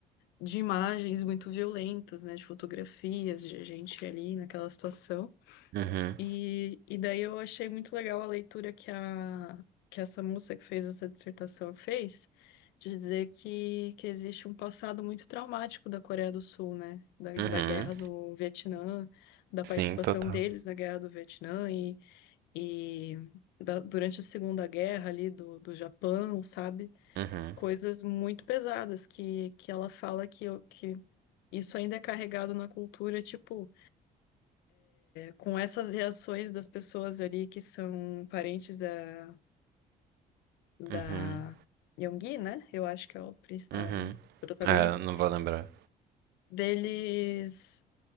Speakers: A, on the left (about 85°); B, on the right (about 70°).
A: de imagens muito violentas, né? De fotografias de gente ali naquela situação.
B: Uhum.
A: E, e daí eu achei muito legal a leitura que, a, que essa moça que fez essa dissertação fez, de dizer que, que existe um passado muito traumático da Coreia do Sul, né? Da,
B: Uhum.
A: da guerra do Vietnã, da
B: sim
A: participação
B: total
A: deles na guerra do Vietnã e, e da- durante a Segunda Guerra ali do, do Japão, sabe?
B: Uhum.
A: Coisas muito pesadas que, que ela fala que, que isso ainda é carregado na cultura, tipo com essas reações das pessoas ali que são parentes da, da
B: Uhum.
A: Yoongi, né? Eu acho que é o, princ-
B: Uhum.
A: o protagonista.
B: É, eu não vou lembrar.
A: Deles,